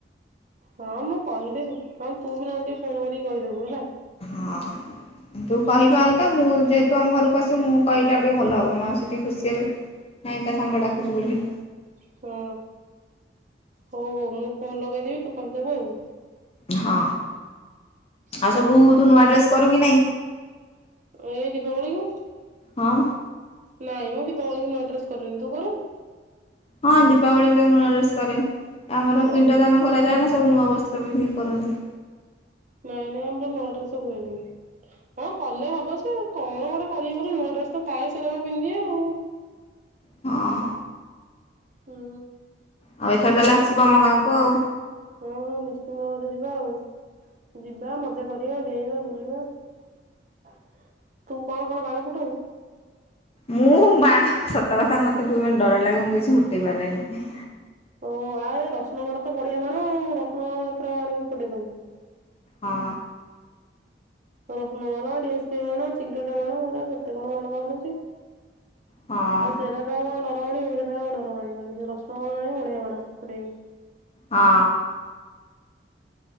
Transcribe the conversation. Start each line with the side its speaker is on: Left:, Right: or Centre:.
Right: ହଁ ମୁଁ କହିଦେବି ହଁ ତୁ ବି ନହେଲେ ଟିକେ ଫୋନ କରିକି କହିଦେବୁ ହେଲା।
Left: ହଁ। ତୁ
Right: ହଁ
Left: କହିବା ଅଲକା ମୁଁ ଯେହେତୁ ଆମ ଘରକୁ ଆସିବୁ ତ ମୁଁ କହିଲେ ଆଉ ଟିକେ ଭଲ ହେବ ମାଉସୀ ଯଦି ଖୁସି
Right: ହଁ
Left: ହେବେ ନାଇଁ ତା ସାଙ୍ଗ ଡା ଅଛି ବୋଲି
Right: ହଁ ହଉ ହଉ ମୁଁ ଫୋନ ଲଗେଇଦେବି ତୁ କହିଦବୁ ଆଉ।
Left: ହଁ।
Right: ହଉ
Left: ଆଉ ସବୁ ତୁ ନୂଆ ଡ୍ରେସ କରୁ କି ନାହିଁ?
Right: ଏଇ ଦୀପାବଳୀ କୁ।
Left: ହଁ।
Right: ନାଇଁ ମୁଁ ଦୀପାବଳି ନୂଆ ଡ୍ରେସ୍ କରିନି ତୁ କରୁ?
Left: ହଁ ଦୀପାବଳିକୁ ମୁଁ ନୂଆଁ ଡ୍ରେସ କରେ। ଆମର
Right: ଓହୋ।
Left: ପିଣ୍ଡ ଦାନ କରାଯାଏ ନା ସେ ସବୁ ନୂଆ ବସ୍ତ୍ର ପିନ୍ଧିକି କରନ୍ତି।
Right: ନାଇଁ ନାଇଁ ଆମର ନୂଆ ଡ୍ରେସ ହୁଏନି ହଁ କଲେ ହବ ଯେ କଣ ଗୋଟେ କରିବ ବୋଲି ନୂଆ ଡ୍ରେସ ତ ଥାଏ ସେରାକ ପିନ୍ଧି ଦିଏ ଆଉ।
Left: ହଁ।
Right: ହୁଁ।
Left: ଆଉ ଏଥର ତାହେଲେ ଆସିବ ଆମ ଗାଁକୁ ଆଉ।
Right: ହଁ ହଁ ନିଶ୍ଚିନ୍ତ ଭାବରେ ଯିବା ଆଉ। ଯିବା ମଜା କରିବା ଡେଇଁବା ବୁଲି ହେଲା ତୁ କଣ କଣ ବାଡ଼ ଫୁଟଉ?
Left: ମୁଁ ବାଣ ସତ କଥା ମତେ ମେ ଡର ଲାଗେ ମୁଁ କିଛି ଫୁଟେଇ ପାରେନି।
Right: ଓ ଆ ରସୁଣ ବାଣ ତ ବଢିଆ ବାଣ ଆଉ ରସୁଣଥର ଆଣିବୁ ଫଟେଇ ଦବୁ।
Left: ହଁ।
Right: ରସୁଣ ବାଣ ଡିଆସିଲି ବାଣ <unintelligible> ବାହାର କେତେ କଣ ବାଣ ବାହାରୁଛି।
Left: ହଁ
Right: ଆଉ ସେରା ତ ଣ ଆଉ ଡରମାଡିବନି ରସୁଣ ବଢିଆ ବାଣ <unintelligible> ଉଡେଇବୁ।
Left: ହଁ।